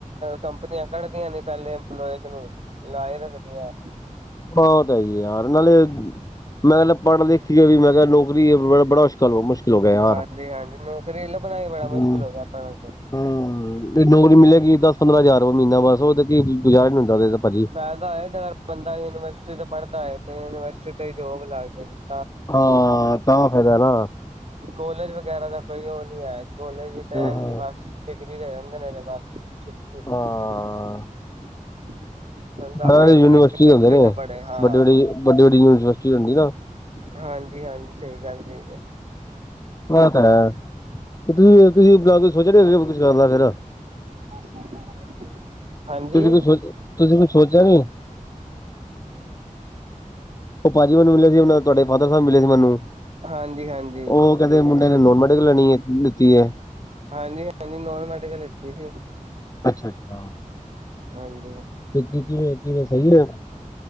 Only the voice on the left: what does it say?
ਬਹੁਤ ਹੈ ਹੀ ਯਾਰ ਨਾਲੇ ਮੈਂ <unintelligible> ਪੜ੍ਹ ਲਿਖ ਕੇ ਵੀ ਮੈਂ ਕਿਹਾ ਨੌਕਰੀ ਹੈ ਬੜਾ ਮੁਸ਼ਕਿਲ ਮੁਸ਼ਕਿਲ ਲ ਹੋ ਗਿਆ ਯਾਰ
ਹੂੰ
ਕੋਈ ਨੌਕਰੀ ਮਿਲੇਗੀ ਤਾਂ ਪੰਦਰਾਂ ਹਜ਼ਾਰ ਮਹੀਨਾ ਬਸ ਉਹ ਤੇ ਕੀ ਗੁਜਾਰਾ ਨੀ ਹੁੰਦਾ ਭਾਜੀ
ਹਾਂ ਤਾਂ ਫ਼ਾਇਦਾ ਨਾ
ਹਾਂ। ਹਾਂ ਸਾਰੇ ਯੂਨੀਵਰਸਿਟੀ ਹੁੰਦੇ
ਨੇ।
ਵੱਡੀ ਵੱਡੀ ਵੱਡੀ ਵੱਡੀ ਯੂਨੀਵਰਸਿਟੀ ਹੁੰਦੀ ਨਾ
ਇਹ ਤੇ ਹੈ ਤੁਸੀਂ ਤੁਸੀਂ ਜਿਆਦਾ ਸੋਚ <unintelligible>
ਤੁਸੀਂ ਕੋਈ ਸੋਚ ਤੁਸੀਂ ਕੋਈ ਸੋਚਿਆ ਨੀ <unintelligible> ਉਹ ਭਾਅਜੀ ਮੈਨੂੰ ਮਿਲਿਆ ਸੀ ਉਹਨਾਂ ਤੁਹਾਡੇ ਫਾਦਰ ਸਾਹਿਬ ਮਿਲੇ ਸੀ ਮੈਨੂੰ
ਉਹ ਕਹਿੰਦੇ ਮੁੰਡੇ ਨੋਨ ਮੈਡੀਕਲ ਲੈਣੀ ਹੈ ਕੀ ਲਿੱਤੀ ਹੈ
ਅੱਛਾ ਅੱਛਾ
ਇੱਕ ਕਿਵੇਂ ਕਿਵੇਂ ਸਹੀ ਆ